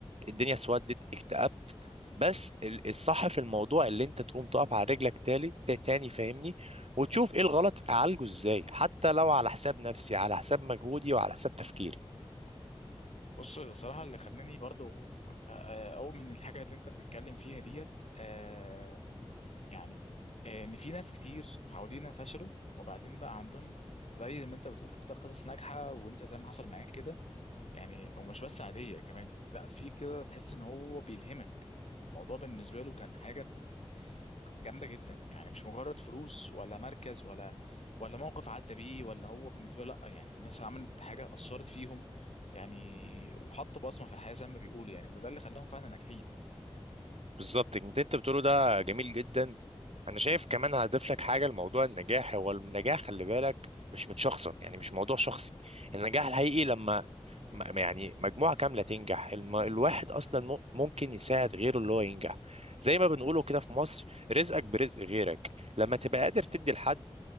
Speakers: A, on the right; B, on the left.
A: الدنيا اسودت اكتئبت بس ال- الصح في الموضوع اللي انت تقوم تقف على رجلك تالي تا- تاني فاهمني وتشوف ايه الغلط اعالجه ازاي حتى لو على حساب نفسي على حساب مجهودي وعلى حساب تفكيري
B: بص الصراحة اللي خلاني برضو آه، أؤمن الحاجة اللي أنت بتتكلم فيها ديت آه، يعني آه، إن في ناس كتير حوالينا فشلوا وبعدين بقى عندهم زي ما أنت بتقول كده قصص ناجحة وأنت زي ما حصل معاك كده يعني ومش بس عادية كمان يعني لا في كده تحس ان هو بيلهمك الموضوع بالنسبة له كان حاجة جامدة جدا يعني مش مجرد فلوس ولا مركز ولا ولا موقف عدى بيه ولا هو بالنسبة له لا يعني الناس عملت حاجة أثرت فيهم يعني وحطوا بصمة في الحياة زي ما بيقولوا يعني وده اللي خلاهم فعلا ناجحين
A: بالظبط انت انت بتقوله ده جميل جدا انا شايف كمان هضيف لك حاجه لموضوع النجاح هو النجاح خلي بالك مش متشخصن يعني مش موضوع شخصي النجاح الحقيقي لما م- يعني مجموعه كامله تنجح الم- الواحد اصلا م- ممكن يساعد غيره اللي هو ينجح زي ما بنقوله كده في مصر رزقك برزق غيرك لما تبقى قادر تدي لحد